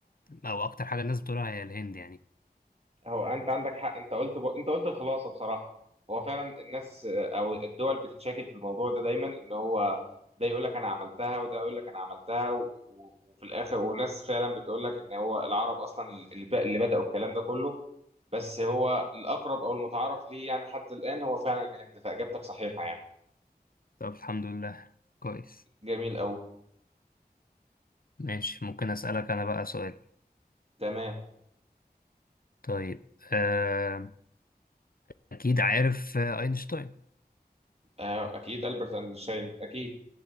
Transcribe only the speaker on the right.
هو انت عندك حق انت قلت جو... انت قلت الخلاصه بصراحه هو فعلا الناس آه، او الدول بتتشاكل في الموضوع ده دايما ان هو ده يقول لك انا عملتها وده يقول لك انا عملتها و... و... وفي الاخر وناس فعلا بتقول لك ان هو العرب اصلا اللي, ب... اللي بداوا الكلام ده كله بس هو الاقرب او المتعارف ليه يعني حتى الان هو فعلا الهند فاجابتك صحيحه يعني
جميل قوي
تمام
آه اكيد البرت اينشتاين اكيد